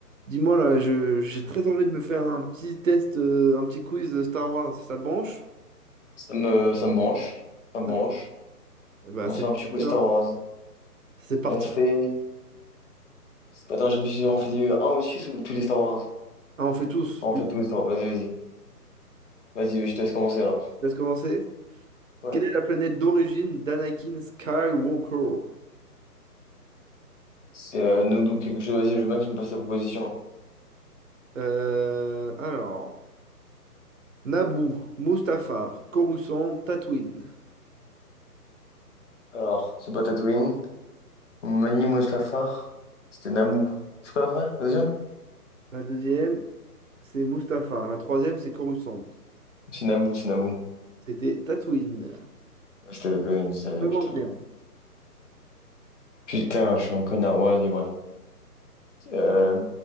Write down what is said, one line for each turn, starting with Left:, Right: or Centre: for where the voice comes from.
Right: Dis-moi là, je, j'ai très envie de me faire un petit test, euh, un petit quiz de Star Wars. Ça te branche?
Left: Ça me, ça me branche. Ça me
Right: Ouais.
Left: branche.
Right: Eh ben,
Left: On
Right: c'est
Left: se fait
Right: parti
Left: un petit coup Star
Right: alors.
Left: Wars.
Right: C'est parti.
Left: On fait. Attends, je réfléchis. On fait du un ou 6 ou tous les Star Wars?
Right: Ah, on fait tous.
Left: on
Right: Du...
Left: fait tous les Star Wars. Vas-y, vas-y. Vas-y, je te laisse commencer alors.
Right: Laisse commencer.
Left: Ouais.
Right: Quelle est la planète d'origine d'Anakin Skywalker?
Left: C'est euh, Nodou, quelque chose. Vas-y, je veux bien que tu me passes tes propositions.
Right: Euh, alors, Naboo, Mustafar, Coruscant, Tatooine.
Left: Alors, c'est pas Tatooine. Mani Mustafar. C'était Naboo. C'est quoi la première? La deuxième?
Right: La deuxième, c'est Mustafar. La troisième, c'est Coruscant.
Left: C'est Naboo, c'est Naboo.
Right: C'était Tatooine.
Left: Ouais, C'était Tatooine, je savais,
Right: Ça Commence
Left: putain.
Right: bien.
Left: Putain, je suis un connard. Ouais, vas-y, bref. Euh,